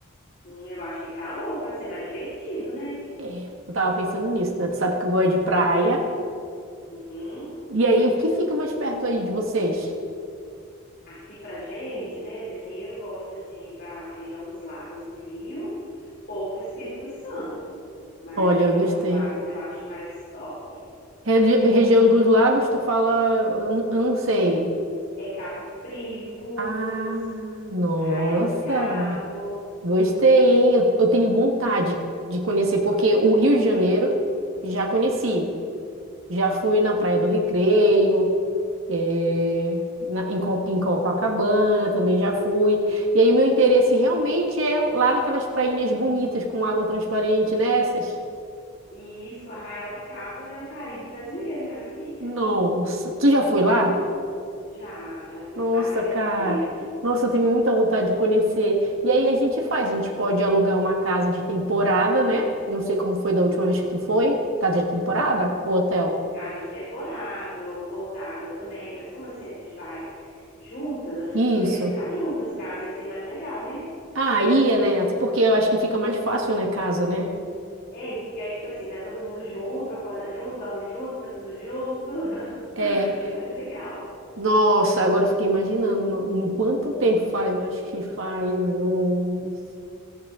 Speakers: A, on the left; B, on the right.
A: Hum, eu acho que calor para ser mais divertido, né?
B: É, eu tava pensando nisso, né? Tu sabe que eu gosto de praia.
A: Uhum.
B: E aí, o que fica mais perto aí de vocês?
A: Aqui pra gente, né, mineiro gosta de ir para a região dos lagos no Rio ou para o Espírito Santo, mas
B: Olha,
A: a região
B: eu gostei.
A: dos lagos eu acho mais top.
B: Regi- Região dos Lagos, tu fala, eu n- eu não sei.
A: É Cabo Frio, Búzios,
B: Ah, nossa,
A: Arraial do Cabo.
B: gostei, hein? Eu, eu tenho vontade de conhecer, porque o Rio de Janeiro já conheci. Já fui na Praia do Recreio, eh, na- em, Co- em Copacabana também já fui. E aí, o meu interesse realmente é lá naquelas prainhas bonitas com água transparente, nessas.
A: E isso, Arraial do Cabo é o Caribe brasileiro, minha filha.
B: Nossa, tu já
A: <laughs>
B: foi lá?
A: Já, já fui
B: Nossa,
A: várias
B: cara.
A: vezes.
B: Nossa, eu tenho muita vontade de conhecer. E aí a gente faz, a gente pode alugar uma casa de temporada, né? Não sei como foi
A: Isso.
B: da última vez que tu foi. Casa de temporada ou hotel?
A: Casa de temporada, ou pousada também. Mas como assim a gente vai juntas? Acho que
B: Isso.
A: a gente poderia ficar juntas, caso ia ser mais legal, né?
B: Ah, ia, né? Até porque eu acho que fica mais fácil, né, casa, né?
A: É, porque aí, tipo assim, tá todo mundo junto, acorda junto, dorme junto, tá tudo junto. <laughs>
B: É.
A: Mais legal.
B: Nossa, agora eu fiquei imaginando no- no quanto tempo faz. Eu Acho que faz uns.